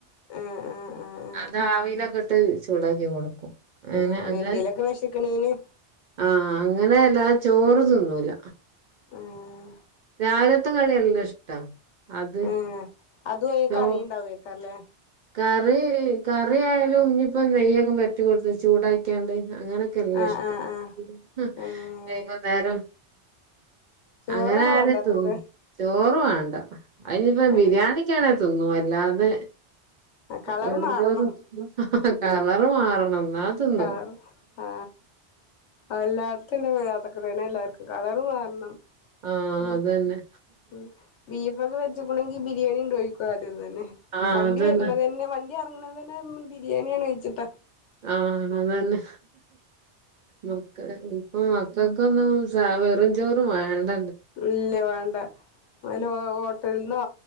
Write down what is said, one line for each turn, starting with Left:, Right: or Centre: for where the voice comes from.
Left: ആഹ് ആഹ് ആഹ്
Right: അത് ആവിയിൽ ഒക്കെ - എന്നിട്ട് ചൂടാക്കി കൊടുക്കും അങ്ങനെ
Left: ആഹ് ആഹ് അല്ല
Right: അങ്ങ
Left: എന്തേലൊക്കെ വിശക്കണീന്
Right: ആഹ് അങ്ങനെ എല്ലാ- ചോറ്തിന്നുല
Left: ആഹ്
Right: രാവില ത്ത കട്യല്ല ഷ്ട <inaudible> അത്
Left: ആഹ് അതും ഏ
Right: ചോ
Left: കറിയും ഉണ്ടാവൂവോ വീട്ടില്
Right: കറി കറി ആയാലും ഞ് പ്പം നെയ്യൊക്കെ പരറ്റി കൊട്ത്ത് ചൂടാക്ക്യാണ്ട് അങ്ങനൊക്കെ എല്ലുഷ്ട്ടാ
Left: ആഹ് ആഹ് ആഹ്
Right: ഹ്
Left: ഏഹ്
Right: വൈകുന്നേരം
Left: ചോറാണ്
Right: അങ്ങനായാലു
Left: വേണ്ടാത്തത്
Right: ത്തു ചോറു വാണം അ അയിഞ്ഞിപ്പം
Left: ഏഹ്
Right: ബിരിയാണിക്കേണെ തിന്നും ല്ലാതെ
Left: കളറ്
Right: വെറുംചോറും
Left: മാറണം
Right: <unintelligible> മാറണം ന്നാ തിന്നും
Left: കളർ ആ ആ എല്ലാട്ത്തും ണ്ട് <unintelligible> അതൊക്കെതന്നെ എല്ലാർക്കും കളർ മാറണം
Right: ആഹ്
Left: ഉം.
Right: അതന്നെ
Left: ഉം ബീ വെച്ച്ക്ക്ണെങ്കി ബിരിയാണിണ്ടോ യ്ക്കും ആദ്യ തന്നെ
Right: ആഹ്
Left: വണ്ടി
Right: അതന്നെ
Left: വരുന്നതെന്നെ വണ്ട് ങ്ങനെ തന്നെ ബിരിയാണിയാണോ യ്ച്ചിട്ടാ
Right: ആ അത് തന്നെ മക്കള് ഇപ്പം മക്കക്കൊന്നും സ വെറും ചോറ് വേണ്ട
Left: ല്ല വാണ്ട വല്ല ഹോട്ടൽന്നോ